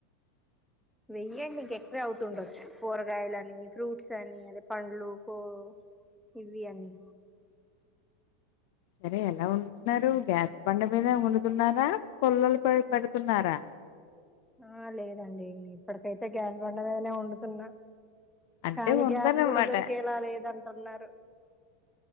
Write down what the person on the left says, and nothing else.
<inaudible>
సరే ఎలా వండుతున్నారు గ్యాస్ బండ మీద వండుతున్నారా పుల్లలపై పెడుతున్నారా
అంటే
ఉందన్నమాట